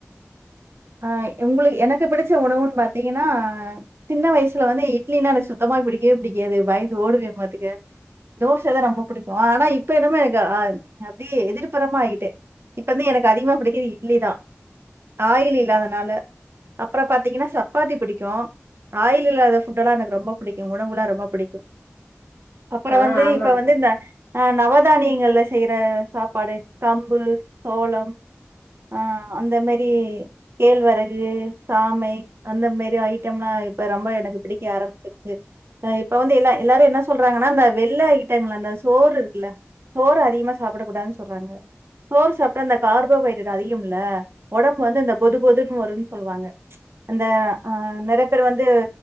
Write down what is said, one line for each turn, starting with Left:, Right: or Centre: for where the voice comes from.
Right: ஆஹ் உங்களுக் எனக்கு பிடிச்ச உணவுன் பாத்தீங்கன்னா சின்ன வயசுல வந்து இட்லின்னா எனக்கு சுத்தமா பிடிக்கவே பிடிக்காது பயந்து ஓடுவே பாத்துக்க தோசதா ரொம்ப புடிக்கு ஆனா இப்ப என்னமே எனக்கு அஹ் அப்படியே எதிர்ப்புறமா ஆயிட்டே இப்ப வந்து எனக்கு அதிகமா பிடிக்கது இட்லி தா ஆயில் இல்லாதனால அப்புறம் பாத்தீங்கன்னா சப்பாத்தி பிடிக்கு ஆயில் இல்லாத ஃபுட்டெல்லா எனக்கு ரொம்ப பிடிக்கு உணவுல்லா ரொம்ப பிடிக்கு அப்பறோ
Left: ஆ
Right: வந்து
Left: ஆமாம்
Right: இப்ப வந்து
Left: தோழி
Right: இந்த ஆஹ் நவ தானியங்கள்ல செய்யற சாப்பாடு கம்பு சோளம் ஆஹ் அந்த மேரி கேழ்வரகு சாமை அந்த மேரி ஐட்டம்லா இப்ப ரொம்ப எனக்கு பிடிக்க ஆரம்பிச்சிருச்சுஅ இப்ப வந்து எல்லா எல்லாரு என்ன சொல்றாங்கன்னா அந்த வெள்ள ஐட்டங்கள அ சோறு இருக்குல சோறு அதிகமா சாப்பிடக்க கூடாதுன் சொல்றாங்க சோறு சாப்டா அந்த கார்போஹைட்ரேட் அதிகம்ல்ல ஒடம்பு வந்து இந்த பொது பொதுன்னு வருன்னு சொல்லுவாங்க அந்த ஆஹ் நெறய பேரு வந்து